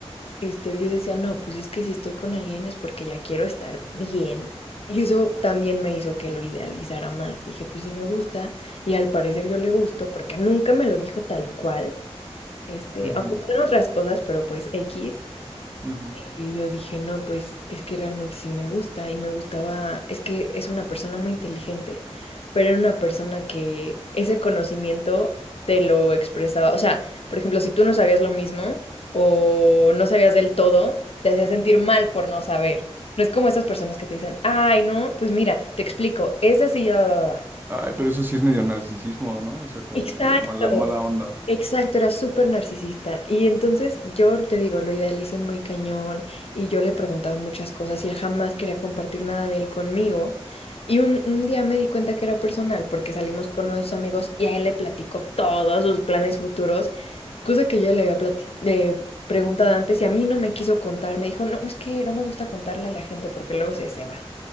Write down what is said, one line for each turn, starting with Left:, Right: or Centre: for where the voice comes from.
Left: Este, yo decía, no, pues es que si estoy con alguien es porque ya quiero estar bien. Y eso también me hizo que lo idealizara más. Dije, pues sí me gusta, y al parecer yo le gusto, porque nunca me lo dijo tal cual. Este,
Right: ujú,
Left: aunque son otras cosas, pero pues X.
Right: ujú.
Left: Y yo dije, no, pues es que realmente sí me gusta y me gustaba, es que es una persona muy inteligente, pero era una persona que ese conocimiento te lo expresaba. O sea, por ejemplo, si tú no sabías lo mismo o no sabías del todo, te hacía sentir mal por no saber. No es como estas personas que te dicen, ay, no, pues mira, te explico, es así, ya, va, va, va.
Right: Ay, pero eso sí es medio narcisismo, ¿no? O sea, como
Left: Exacto.
Right: medio mala, mala onda.
Left: Exacto, era súper narcisista. Y entonces yo te digo, lo idealicé muy cañón y yo le preguntaba muchas cosas y él jamás quería compartir nada de él conmigo. Y un, un día me di cuenta que era personal porque salimos con uno de sus amigos y a él le platicó todos sus planes futuros, cosa que yo ya le había plati- eh, preguntado antes y a mí no me quiso contar. Me dijo, no, es que no me gusta contarle a la gente porque luego se se va